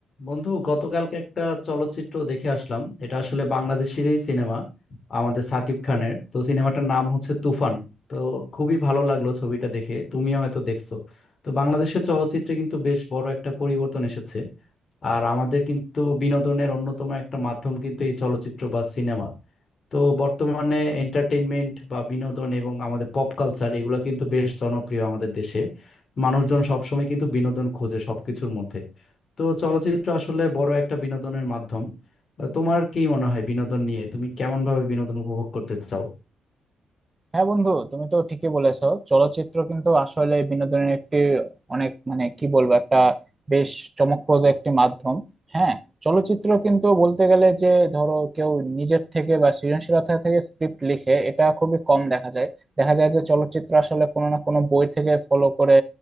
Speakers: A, on the left; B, on the right.
A: বন্ধু গতকালকে একটা চলচ্চিত্র দেখে আসলাম এটা আসলে বাংলাদেশেরই সিনেমা আমাদের সাকিব খানের তো সিনেমাটার নাম হচ্ছে তুফান তো খুবই ভালো লাগলো ছবিটা দেখে তুমিও হয়তো দেখছো তো বাংলাদেশের চলচ্চিত্রে কিন্তু বেশ বড় একটা পরিবর্তন এসেছে আর আমাদের কিন্তু বিনোদনের অন্যতম একটা মাধ্যম কিন্তু এই চলচ্চিত্র বা সিনেমা তো বর্তমানে এন্টারটেইনমেন্ট বা বিনোদন এবং আমাদের পপ কালচার এগুলো কিন্তু বেশ জনপ্রিয় আমাদের দেশে মানুষজন সবসময় কিন্তু বিনোদন খোঁজে সবকিছুর মধ্যে তো চলচ্চিত্র আসলে বড় একটা বিনোদনের মাধ্যম আহ, তোমার কি মনে হয় বিনোদন নিয়ে তুমি কেমন ভাবে বিনোদন উপভোগ করতে চাও
B: হ্যাঁ বন্ধু তুমি তো ঠিকই বলেছো চলচ্চিত্র কিন্তু আসলে বিনোদনের একটি অনেক মানে কি বলবো একটা বেশ চমকপ্রদ একটি মাধ্যম হ্যাঁ চলচ্চিত্র কিন্তু বলতে গেলে যে ধরো কেউ নিজের থেকে বা সৃজনশীলতা থেকে স্ক্রিপ্ট লিখে এটা খুবই কম দেখা যায় দেখা যায় যে চলচ্চিত্র আসলে কোনো না কোনো বই থেকে ফলো করে